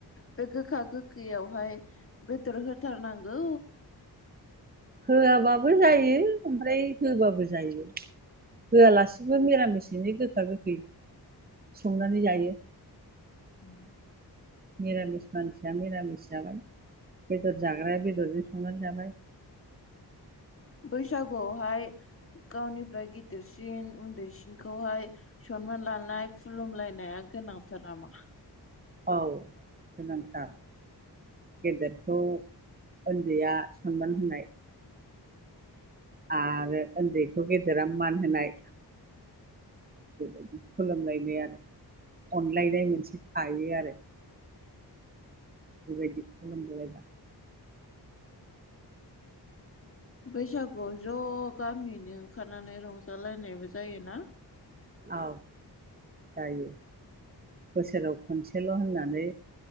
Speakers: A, on the left (about 35°); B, on the right (about 25°).
A: बे गोखा गोखैयावहाय बेदर होथारनांगौ
B: होयाब बाबो जायो ओमफ्राय होबाबो जायो। होयालासिबो मिरामिसैनो गो गोखा गोखै संनानै जायो।
A: उम
B: मिरामिस मानसि मिरामिस जाबाय बेदर जाग्राया बेदरजों संनानै जाबाय।
A: बैसागुआवहाय गावनिफ्राय गिदिरसिन उन्दैसिनखौहाय सनमान लानाय खुलुमलायनाया गोनांथार नामा?
B: औ गोनांथार गेदेरखौ उन्दैया सनमान होनाय आरो उन्दैखौ गेदेरा मान होनाय बेबायदि खुलुमलायनाय आरो। अनलायनाय मोनसे थायो आरो बेबायदि खुलुम जायबा
A: बैसागुआव ज गामियैनो ओखारनानै रंजालायनायबो जायो ना।
B: औ जायो बोसोराव खनसेल होननानै